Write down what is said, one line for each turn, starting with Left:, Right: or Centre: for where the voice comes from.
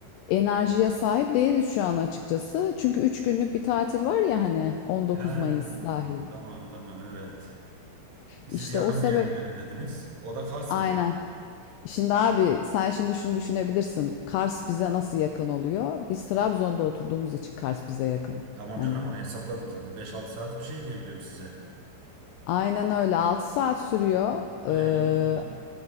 Left: enerjiye sahip değiliz şu an açıkçası. Çünkü 3 günlük bir tatil var ya hani 19
Right: Ha,
Left: Mayıs dahil.
Right: tamam tamam evet. Siz
Left: İşte
Right: yakın
Left: o sebep
Right: bir yere gidelim dediniz. O da Kars
Left: aynen.
Right: mı?
Left: Şimdi abi sen şimdi şunu düşünebilirsin. Kars bize nasıl yakın oluyor? Biz Trabzon'da oturduğumuz için Kars bize yakın.
Right: Tamam
Left: Hani
Right: canım onu hesapladım zaten. beş altı saat bir şey diye biliyorum size.
Left: aynen öyle 6 saat sürüyor. Ee,
Right: İyi, güzel.